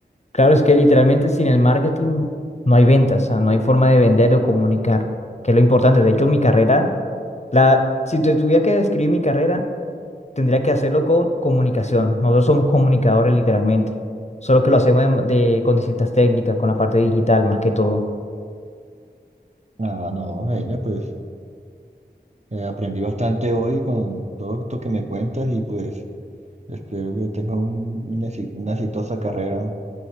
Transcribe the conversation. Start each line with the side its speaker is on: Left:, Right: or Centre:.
Left: Claro, es que literalmente sin el marketing no hay ventas, o sea, no hay forma de vender o comunicar, que es lo importante. De hecho, mi carrera, la, si te tuviera que describir mi carrera, tendría que hacerlo con comunicación. Nosotros somos comunicadores literalmente, solo que lo hacemos de, ma- de- con distintas técnicas, con la parte digital más que todo.
Right: Ah, no, Jaime, pues eh, aprendí bastante hoy con todo esto que me cuentas y pues espero que tengas un- una, exi- una exitosa carrera